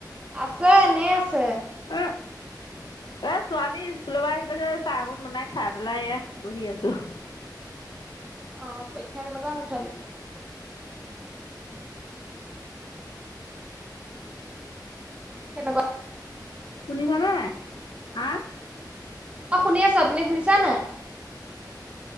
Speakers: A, on the right (about 15°); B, on the left (about 75°).
A: আছে এনেই আছে।
B: <unintelligible> এ, ছোৱালী স্কুল' পা আহি পাইছে চাহ অকন বনাই খা পেলাই এয়া বহি আছোঁ।
A: অ', পইক্ষা কেনেকুৱা হ'ল ছোৱালী? সেনেকুৱা
B: শুনিছানে নাই? আ
A: অ', শুনি আছোঁ। আপুনি শুনিছে নাই?